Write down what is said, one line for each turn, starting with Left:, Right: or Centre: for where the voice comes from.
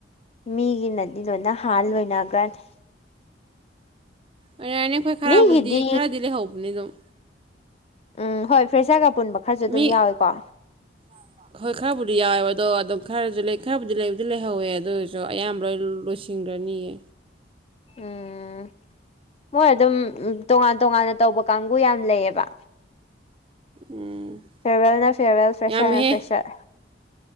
Left: ꯃꯤꯒꯤꯅꯗꯤ ꯂꯣꯏꯅ ꯍꯥꯥꯟ ꯂꯣꯏꯅꯈ꯭ꯔꯅꯤ
Right: ꯑꯣꯏꯔꯅꯤ ꯑꯩꯈꯣꯏ ꯈꯔꯕꯨꯗꯤ
Left: ꯃꯤꯒꯤꯗꯤ
Right: ꯈꯔꯗꯤ ꯂꯩꯍꯧꯕꯅꯤ ꯑꯗꯨꯝ
Left: ꯎꯝ ꯍꯣꯏ ꯐ꯭ꯔꯦꯁ ꯁꯥꯔꯒ ꯄꯨꯟꯕ ꯈꯔꯁꯨ ꯑꯗꯨꯝ
Right: ꯃꯤ
Left: ꯌꯥꯎꯏꯀꯣ
Right: <inaudible> ꯍꯣꯏ ꯈꯔꯕꯨꯗꯤ ꯌꯥꯎꯋꯦꯕ ꯑꯗꯣ ꯑꯗꯨꯝ ꯈꯔꯁꯨ ꯂꯩ ꯈꯔꯕꯨꯗꯤ ꯂꯩꯕꯨꯗꯤ ꯂꯩꯍꯧꯋꯦ ꯑꯗꯨ ꯑꯣꯏꯔꯁꯨ ꯑꯌꯥꯝꯕ ꯂꯣꯏ ꯂꯣꯏꯁꯤꯟꯈ꯭ꯔꯅꯤꯌꯦ
Left: ꯎꯝ ꯃꯣꯏ ꯑꯗꯨꯝ ꯇꯣꯉꯥꯟ ꯇꯣꯉꯥꯟꯅ ꯇꯧꯕ ꯀꯥꯡꯕꯨ ꯌꯥꯝ ꯂꯩꯌꯦꯕ
Right: ꯎꯝ
Left: ꯐꯦꯔꯋꯦꯜꯅ ꯐꯦꯔꯋꯦꯜ ꯐ꯭ꯔꯦꯁꯔꯅ
Right: ꯌꯥꯝꯃꯦꯍꯦ
Left: ꯐ꯭ꯔꯦꯁꯔ